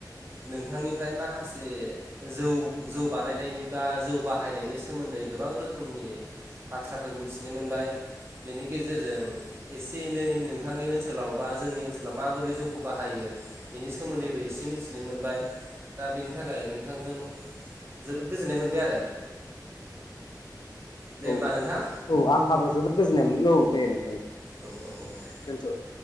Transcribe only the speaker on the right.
नोंथांनिफ्राय माखासे जौ जौ बानायनायनि बा जौ बाहायनायनि सोमोन्दै गोबां रोखोमनि बाथ्राफोर मिथिनो मोनबाय बेनि गेजेरजों एसे एनै नोंथांनि ओनसोलाव बा जोंनि ओनसोलाव माबोरै जौखौ बाहायो बेनि सोमोन्दैबो एसे मिथिनो मोनबाय दा बेनि थाखाय नोंथांजों जोबोद गोजोननाय मोनबाय आरो दे
होमबा नोंथां
औ - औ - औ दे